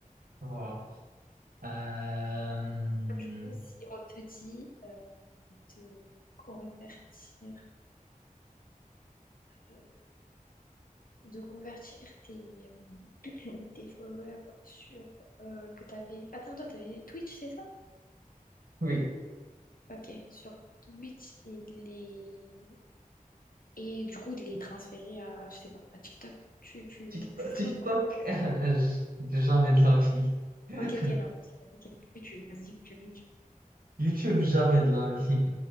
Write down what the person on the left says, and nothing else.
Du coup, si on te dit euh, de convertir, euh, de convertir tes, euh, <clears throat> tes followers sur euh, que t'avais. Attends, toi, t'avais Twitch, c'est ça?
Ok, sur Twitch et de les et du coup de les transférer à, je sais pas, à TikTok. Tu, tu,
tu ferais
ou pas?
Ok, ok, non. Ok, YouTube, vas-y, YouTube, YouTube.